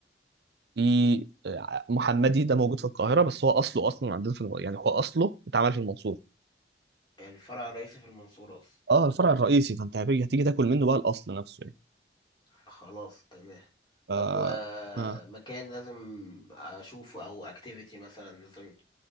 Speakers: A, on the right (about 60°); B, on the left (about 25°).
A: في آه، محمدي ده موجود في القاهره بس هو اصله اصلا عندنا في الم... يعني هو اصله اتعمل في المنصوره
B: يعني الفرع الرئيسي في المنصورة أصلا
A: اه الفرع الرئيسي فانت هتيجي هتيجي تاكل منه بقى الاصل نفسه يعني
B: خلاص تمام
A: ف
B: طب ومكان
A: اه
B: لازم اشوفه او اكتيفيتي مثلا لازم